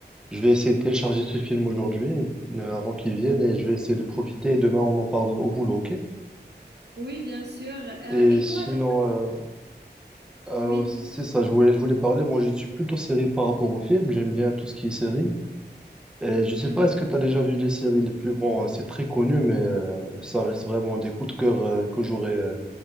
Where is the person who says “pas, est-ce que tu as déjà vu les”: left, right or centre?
Centre